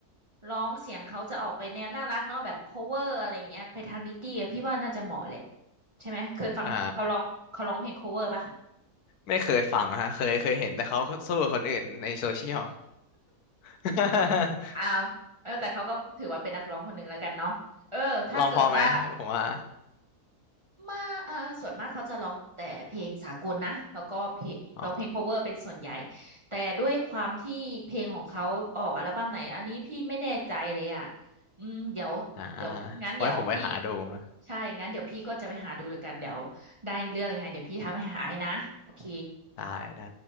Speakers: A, on the right (about 25°); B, on the left (about 80°).
A: ร้องเสียงเขาจะออกไปแนวน่ารักเนาะแบบ cover อะไรเงี้ยไปทางลิตตี้อะพี่ว่าน่าจะเหมาะแหละใช่ไหมเคยฟังเขาร้องเขาร้องเพลง
B: <laughs> อ่า
A: cover ปะ
B: ไม่เคยฟังฮะเคยเคยเห็นแต่เขาสู้กับคนอื่นในโซเชียล <laughs>
A: อ้าวเออแต่เขาก็ถือว่าเป็นนักร้องคนหนึ่งแล้วกันเนาะเออถ้าเกิดว่า
B: ลองพอไหมผมว่า
A: มาอ่าส่วนมากเขาจะร้องแต่เพลงสากลนะแล้วก็เพลงร้องเพลง
B: อ๋อ
A: cover เป็นส่วนใหญ่แต่ด้วยความที่เพลงของเขาออกอัลบั้มไหนอันนี้พี่ไม่แน่ใจเลยอ่ะอืมเดี๋ยวเดี๋ยวงั้นเดี๋ยวพี่
B: อ่าไว้ผมไปหาดูนะ
A: ใช่งั้นเดี๋ยวพี่ก็จะไปหาดูแล้วกันเดี๋ยวได้เรื่องยังไงเดี๋ยวพี่ทักไปหาไอ้นะโอเค
B: ได้ได้